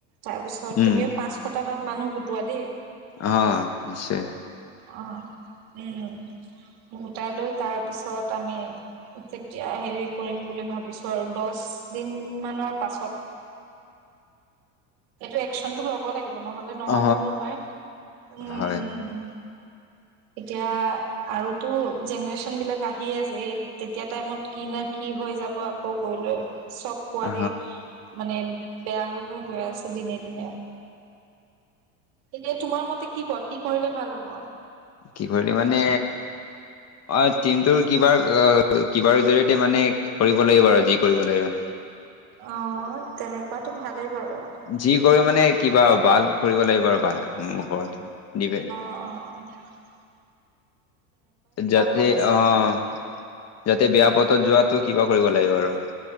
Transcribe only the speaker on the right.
তাৰপিছত
তুমিও পাঁচ পাঁচশটা মান মানুহ গোটোৱা দেই।
অ, উম, গোটাই লৈ তাৰপিছত আমি তেতিয়া হেৰি কৰিম বুলি ভাবিছো, আৰু দহ দিন মানৰ পাছত এইটো একচনতটো ল'ব লাগিব, নহলে নহ'ব
নহয়। উম।
এতিয়া আৰু তো জেনেৰেচন বিলাক আহিয়ে আছে, এই তেতিয়া টাইমত কি নাই কি হৈ যাব আকৌ গৈ লৈ? চ'ব পোৱালি
মানে বেয়া হৈ হৈ গৈ আছেঁ। ত' দিনে দিনে, এতিয়া তোমাৰ মতে কি কোৱা কি কৰিলে ভাল হব?
অঁ, তেনেকুৱাতো ভালেই বাৰু।
অ', অ', অ',
ভাল আছে
আৰু।